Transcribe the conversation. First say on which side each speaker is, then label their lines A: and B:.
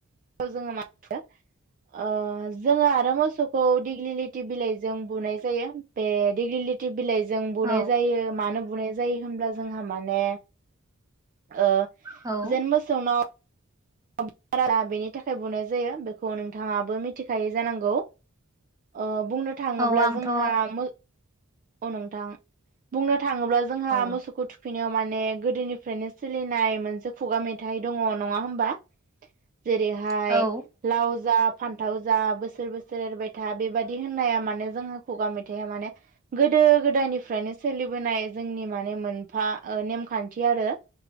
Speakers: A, on the right; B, on the right.
A: जोङो मोने ओ जोङो आरो मोसौखौ दिग्लि लिथि बिलाइजों बुनाय जायो बे दिग्लिलिथि बिलाइ जों बुनाय
B: औ
A: जायो मानो बुंनाय जायो होनब्ला जोंहा माने ओ
B: औ
A: जेन मोसौनाव बारा बेनि थाखाय बुंनाय जायो बेखौ नोंथाङाबो मिथिखायै जानांगौ ओ बुंनो थाङोब्ला
B: औ आंथ'
A: जोंहा मो अ नोंथां बुंनो थाङोब्ला जोंहा
B: औ
A: मोसौखौ थु खैनायाव माने गोदोनिफ्रायनो सोलिनाय मोनसे खुगा मेथाइ दङ नङा होमबा जेरैहाय
B: औ
A: लाव जा फानथाव जा बोसोर बोसोर एरबाय था बेबादि होननाया माने जोंहा खुगा मेथाइया माने गोदो गोदायनिफ्रायनो सोलिबोनाय जोंनि माने मोनफा ओ नेमखानथि आरो